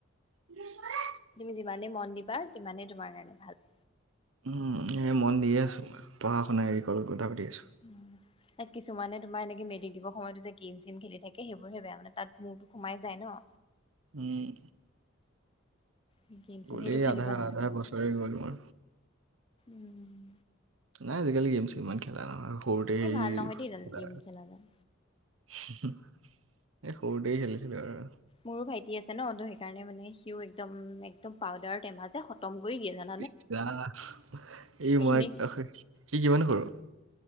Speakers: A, on the right; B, on the left.
A: শুনিছানে?
B: তুমি যিমানেই মন দিবা, সিমানেই তোমাৰ কাৰণে ভাল।
A: উম, এই মন দিয়ে আছোঁ‌, পঢ়া-শুনা এৰি কথা পাতি আছোঁ‌।
B: উম। তাত কিছুমানে তোমাৰ এনেকে মেট্ৰিক দিব সময়তো যে গেম-চেম খেলি থাকে সেইবোৰহে বেয়া মানে, তাত মূৰটো সোমাই যায় ন।
A: উম।
B: গে-চেম
A: গ'লেই
B: সেইটো খেলিব
A: আধা
B: নালাগে
A: আধা
B: আৰু,
A: বছৰে গ'ল মোৰ।
B: উম।
A: নাই আজিকালি গেম-ছেম ইমান খেলা নহয়, সৰুতে হেৰি
B: এই ভাল নহয় দেই এডাল
A: খেলা।
B: গেম খেলাডাল।
A: এ সৰুতেই খেলিছিলোঁ‌ আৰু।
B: মোৰো ভাইটি আছে ন, ত' সেইকাৰণে মানে সিও একদম, একদম পাউদাৰৰ টেমা যে খতম কৰি দিয়ে জান
A: ইচ ৰাম, এই
B: এনে
A: মই, সি কিমান সৰু?